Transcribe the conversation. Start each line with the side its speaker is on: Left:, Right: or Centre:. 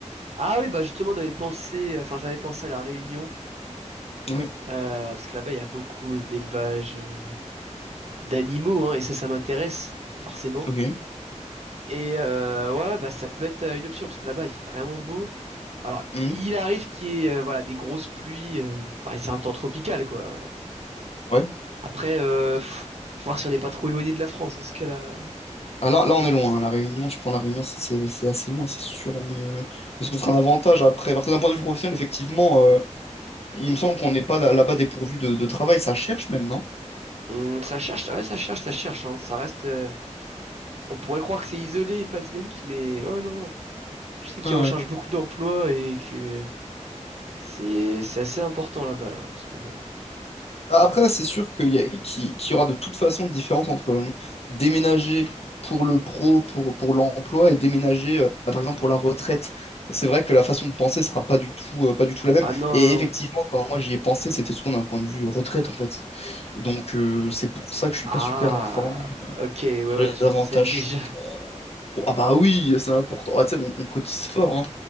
Right: Ah oui, bah justement, on avait pensé, enfin, j'avais pensé à la Réunion,
Left: Oui,
Right: euh, parce que là-bas, il y a beaucoup d'élevage euh, d'animaux, hein, et ça, ça m'intéresse, forcément.
Left: ok.
Right: Et euh, ouais, ouais, bah, ça peut être euh, une option parce que là-bas, il fait vraiment beau. Alors,
Left: Hmm,
Right: il arrive qu'il y ait euh, voilà, des grosses pluies. euh, Enfin, c'est un temps tropical, quoi.
Left: ouais.
Right: Après, euh, pff, faut voir si on n'est pas trop éloigné de la France dans ce cas-là.
Left: Ah, là, là, on est loin. hein. La Réunion, tu prends la Réunion, c'est c'est- c'est assez loin, c'est sûr, mais euh, mais c'est peut-être un avantage après. Parce que d'un point de vue professionnel, effectivement, euh, il me semble qu'on n'est pas là- là-bas dépourvu de, de travail, ça cherche même, non?
Right: Hum, ça cherche, ouais, ça cherche, ça cherche. hein. Ça reste. euh, on pourrait croire que c'est isolé et pas dynamique, mais ouais, ouais, non, non. Je sais qu'ils
Left: Ouais,
Right: recherchent beaucoup d'emplois et que c'est c'est assez important là-bas là, en ce moment.
Left: Bah, après,
Right: Donc-
Left: c'est sûr qu'il y, a- qu'il- qu'il y aura de toute façon une différence entre euh, déménager pour le pro, pour, pour l'emploi, et déménager, euh, bah, par exemple, pour la retraite. C'est vrai que la façon de penser sera pas du tout, euh, pas du tout la même.
Right: Ah non,
Left: Et
Right: non,
Left: effectivement,
Right: non.
Left: quand moi j'y ai pensé, c'était souvent d'un point de vue retraite, en fait. Donc, euh, c'est pour ça que je suis
Right: Ah,
Left: pas super informé euh,
Right: ok, ouais, ouais,
Left: sur les
Right: tu
Left: avantages
Right: te renseignes déjà.
Left: pro. Ah bah oui, c'est important. Ah, tu sais, on, on cotise fort, hein.